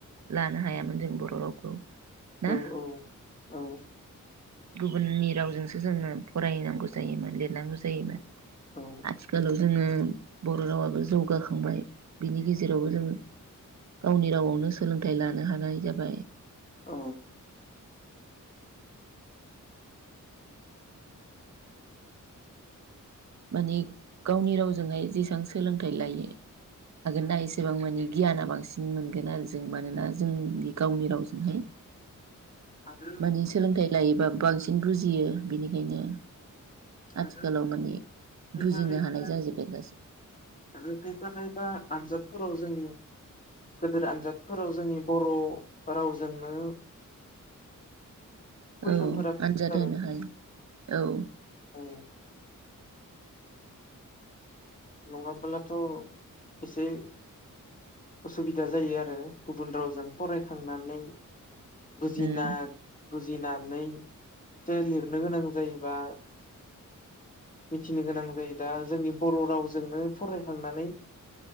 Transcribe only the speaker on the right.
लानो हायामोन जों बर' रावखौ ना
गुबुननि रावजोंसो जोङो फरायनांगौ जायोमोन लिर नांगौ जायोमोन
आथिखालाव जोङो बर' रावाबो जौगाखांबाय बिनि गेजेरावबो जों गावनि रावआवनो सोलोंथाइ लानो हानाय जाबाय।
माने गावनि रावजोंहाय जेसेबां सोलोंथाइ लायो हागोन ना एसेबां माने गियाना बांसिन मोनगोन आरो जों मानोना जोंनि गावनि रावजोंहाय
माने सोलोंथाइ लायोबा बांसिन बुजियो बिनिखायनो आथिखालाव
माने
बुजिनो
हानाय जाजोब्बाय गासिबो
औ
आनजाद
होनो हायो औ।
उम